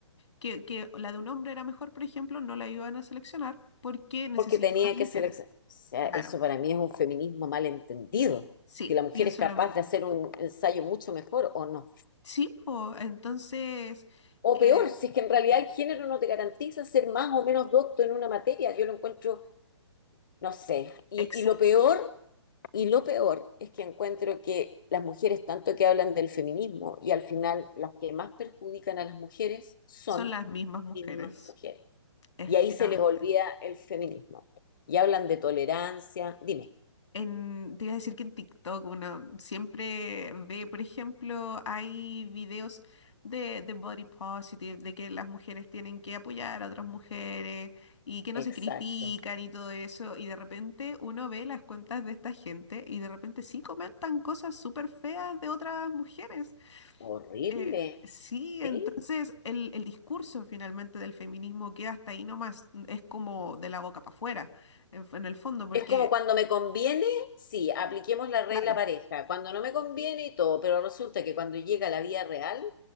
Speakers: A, on the left; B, on the left.
A: que, que la de un hombre era mejor, por ejemplo, no la iban a seleccionar porque necesitaban
B: porque tenía
A: mujeres.
B: que seleccionar. O sea,
A: Claro,
B: eso para mí es un feminismo mal entendido.
A: sí,
B: Si la mujer
A: pienso
B: es capaz
A: lo mismo.
B: de hacer un ensayo mucho mejor o no.
A: Sí, po, entonces,
B: O
A: eh,
B: peor, si es que en realidad el género no te garantiza ser más o menos docto en una materia. Yo lo encuentro, no sé. Y,
A: exacto,
B: y lo peor, y lo peor es que encuentro que las mujeres tanto que hablan del feminismo y al final las que más perjudican a las mujeres son
A: son las mismas mujeres,
B: las mismas mujeres.
A: efectivamente.
B: Y ahí se les olvida el feminismo. Y hablan de tolerancia. Dime.
A: En, te iba a decir que en TikTok uno siempre ve, por ejemplo, hay videos de, de body positive, de que las mujeres tienen que apoyar a otras mujeres y que no
B: Exacto.
A: se critican y todo eso. Y de repente uno ve las cuentas de esta gente y de repente sí comentan cosas súper feas de otras mujeres.
B: Horrible.
A: Eh, sí, entonces
B: ¿Sí?
A: el, el discurso finalmente del feminismo queda hasta ahí nomás. Es como de la boca para afuera, en en el fondo, porque,
B: Es como cuando me conviene, sí, apliquemos la regla
A: claro.
B: pareja. Cuando no me conviene y todo, pero resulta que cuando llega la vida real,